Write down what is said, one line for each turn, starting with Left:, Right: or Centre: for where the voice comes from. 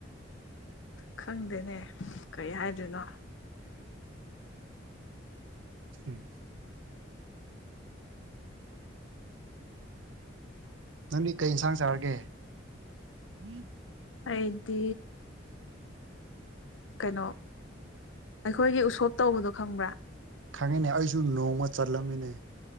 Left: ꯈꯪꯗꯦꯅꯦ ꯀꯩ ꯍꯥꯏꯗꯣꯏꯅꯣ
Right: ꯎꯝ ꯅꯪꯗꯤ ꯀꯩ ꯌꯦꯟꯁꯥꯡ ꯆꯥꯔꯒꯦ <unintelligible>
Left: ꯑꯩꯗꯤ ꯀꯩꯅꯣ ꯑꯩꯈꯣꯏꯒꯤ ꯎꯁꯣꯞ ꯇꯧꯕꯗꯣ ꯈꯪꯕ꯭ꯔꯥ
Right: ꯈꯪꯉꯤꯅꯦ ꯑꯩꯁꯨ ꯅꯣꯡꯃ ꯆꯠꯂꯝꯃꯤꯅꯦ